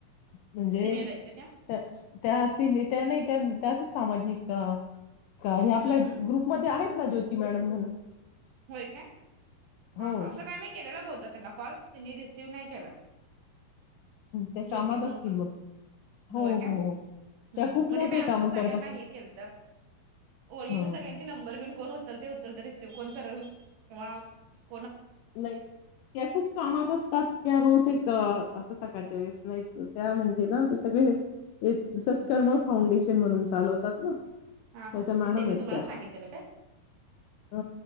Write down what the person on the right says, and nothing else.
सिनियर आहेत का
हम्म हम्म
होय का
हा हा असं काय मी केलेला बहुतेक त्यांना कॉल त्यांनी रिसीव्ह नाही केला.
ज्योती
म्हणून
होय काय
म्हणजे
मी असचं
सगळ्यांना
हे केलतं ओळीनं
सगळ्यांचे नंबरं घेऊन कोण उचलतंय उचलतंय रिसिव्ह करून <unintelligible>
हा
हा
हा
मग त्यांनी
तुम्हाला
सांगितलेलं काय